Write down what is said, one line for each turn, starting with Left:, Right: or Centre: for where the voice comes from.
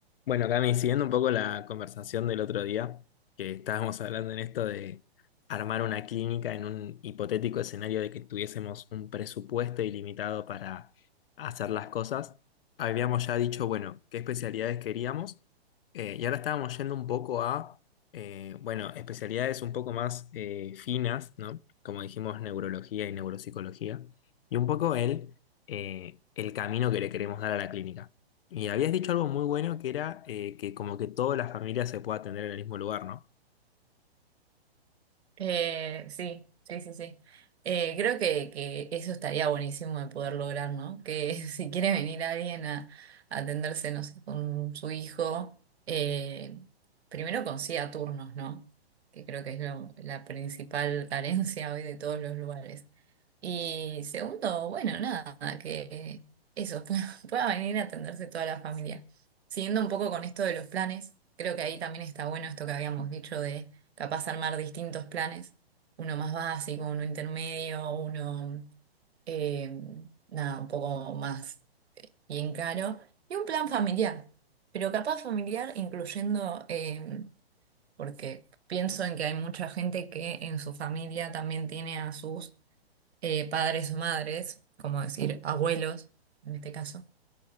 Left: Bueno, Cami, siguiendo un poco la conversación del otro día, que estábamos hablando en esto de armar una clínica en un hipotético escenario de que tuviésemos un presupuesto ilimitado para hacer las cosas, habíamos ya dicho, bueno, qué especialidades queríamos, eh, y ahora estábamos yendo un poco a, eh, bueno, especialidades un poco más eh, finas, ¿no? Como dijimos, neurología y neuropsicología, y un poco el, eh, el camino que le queremos dar a la clínica. Y habías dicho algo muy bueno que era eh, que como que toda la familia se pueda atender en el mismo lugar, ¿no?
Right: Eh, sí, sí, sí, sí. Eh, creo que, que eso estaría buenísimo de poder lograr, ¿no? Que <laughs> si quiere venir alguien a, a atenderse, no sé, con su hijo, eh, primero consiga turnos, ¿no? Que creo que es lo- la principal carencia hoy de todos los lugares. Y segundo, bueno, nada, que eso, <laughs> pueda, pueda venir a atenderse toda la familia. Siguiendo un poco con esto de los planes, creo que ahí también está bueno esto que habíamos dicho capaz armar distintos planes, uno más básico, uno intermedio, uno, eh, nada, un poco más bien caro, y un plan familiar, pero capaz familiar incluyendo, eh, porque pienso en que hay mucha gente que en su familia también tiene a sus eh, padres o madres, como decir, abuelos, en este caso.